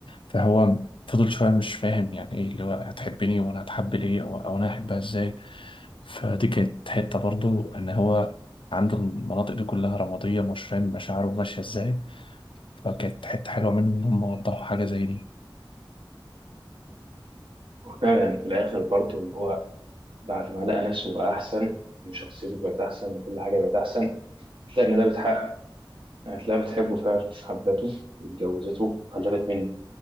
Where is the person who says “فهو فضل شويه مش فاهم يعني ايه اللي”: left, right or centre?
Left